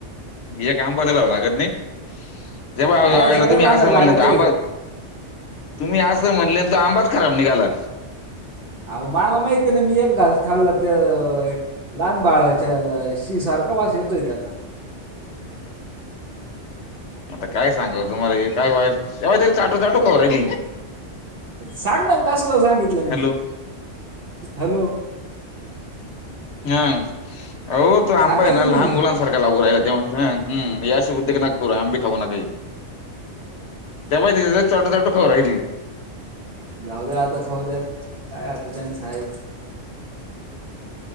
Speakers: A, on the left; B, on the right.
A: हे आंबरायला लावलागत नाही जे्हा
B: नाही
A: आला
B: सगळे
A: तुम्ही
B: बांगर
A: आ
B: लागत
A: म्ह
B: आहे
A: आंबा तुम्ही असं म्हटले त आंबाच खराब निघाला
B: अह मला माहिती आहे ना मी एक घास खाल्ला ते लहान बाळाच्या शी सारखा वास येतोय आचा
A: आता काय सांगा तुम्हाला हे काय व्हायल तेव्हा तरी चाटो चाटू खबरायली
B: सांग ना कसला सांगितलं मी
A: हॅलो
B: हॅलो
A: हा हो तू आंबा
B: सांगा
A: आहे ना
B: तुम्ही
A: लहान मुलां सारखा लागू राहिला तेम या उद्येग नक करू आंबी खाऊ नका त्या पाहि चाटू चाटू खबर राहिली
B: जाऊ द्या आता खाऊ द्या काय आत त्यांचंई